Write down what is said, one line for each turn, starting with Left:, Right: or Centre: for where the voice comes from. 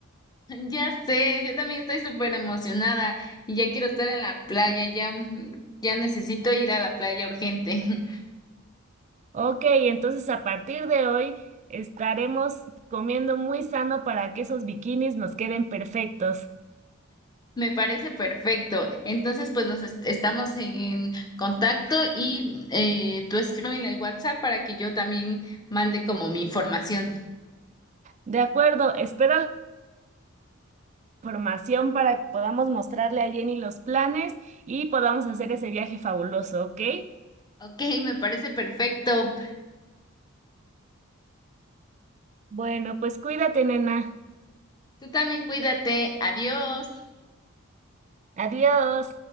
Left: Ya sé, yo también estoy súper emocionada y ya quiero estar en la playa, ya, ya necesito ir a la playa urgente. <laughs>
Right: Ok, entonces a partir de hoy estaremos comiendo muy sano para que esos bikinis nos queden perfectos.
Left: Me parece perfecto. Entonces, pues nos est- estamos en contacto y eh, tú escríbeme el WhatsApp para que yo también mande como mi información.
Right: De acuerdo, espero la información para que podamos mostrarle a Jenny los planes y podamos hacer ese viaje fabuloso, ¿ok?
Left: Ok, me parece perfecto.
Right: Bueno, pues cuídate, nena.
Left: Tú también cuídate. Adiós.
Right: Adiós.